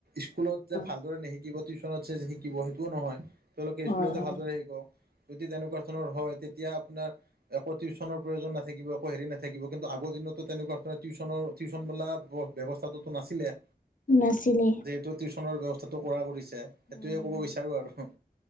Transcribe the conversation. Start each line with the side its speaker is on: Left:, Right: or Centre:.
Right: স্কুলত
Left: হয়
Right: যে ভালদৰে নিশিকিব টিউচনত যে শিকিব সেইটোও নহয়, তেওঁলোকে
Left: হয়
Right: স্কুলতে
Left: হয়
Right: ভালদৰে শিকক যদি তেনেকুৱা ধৰণৰ হয় তে তিয়া আপোনাৰ এক টিউচনৰ প্ৰয়োজন নাথাকিব একো হেৰি নাথাকিব কিন্তু আগৰ দিনত তেনেকুৱা ধৰণৰ টিউ টিউচন বোলা ব্যৱস্থাটো নাছিলে।
Left: নাছিলে।
Right: টো টিউচনৰ ব্যৱস্থাটো কৰা কৰিছে
Left: হয়
Right: সেইটোয়ে ক'ব
Left: হয়
Right: বিচাৰো আৰু।